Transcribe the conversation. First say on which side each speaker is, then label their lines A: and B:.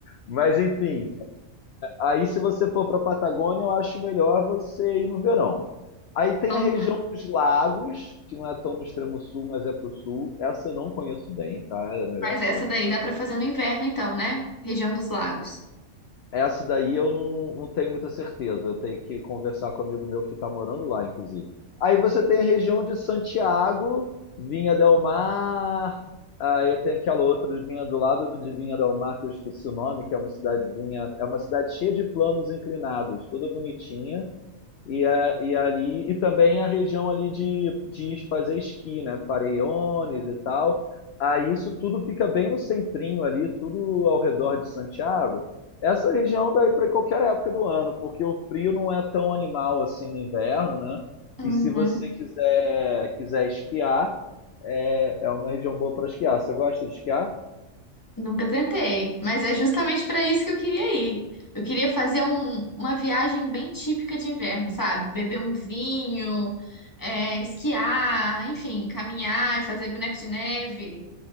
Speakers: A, on the left (about 60°); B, on the left (about 15°).
A: Mas enfim, aí se você for para a Patagônia, eu acho melhor você ir no verão. Aí tem
B: então
A: a região
B: tá.
A: dos lagos, que não é tão no extremo sul, mas é pro sul. Essa eu não conheço bem, tá? É melhor
B: Mas
A: ser.
B: essa daí dá pra fazer no inverno, então, né? Região dos lagos.
A: Essa daí eu não, não tenho muita certeza. Eu tenho que conversar com um amigo meu que está morando lá, inclusive. Aí você tem a região de Santiago, Vinha del Mar. Aí tem aquela outra de Vinha do lado de Vinha del Mar, que eu esqueci o nome, que é uma cidadezinha. É uma cidade cheia de planos inclinados, toda bonitinha. E, a- e ali e também a região ali de, de fazer esqui, né? Farellones e tal. Aí isso tudo fica bem no centrinho ali, tudo ao redor de Santiago. Essa região daí para qualquer época do ano, porque o frio não é tão animal assim no inverno, né?
B: Uhum.
A: E se você quiser quiser esquiar, é, é uma região boa para esquiar. Você gosta de esquiar?
B: Nunca tentei, mas é justamente para isso que eu queria ir. Eu queria fazer um- uma viagem bem típica de inverno, sabe? Beber um vinho, é, esquiar, enfim, caminhar e fazer boneco de neve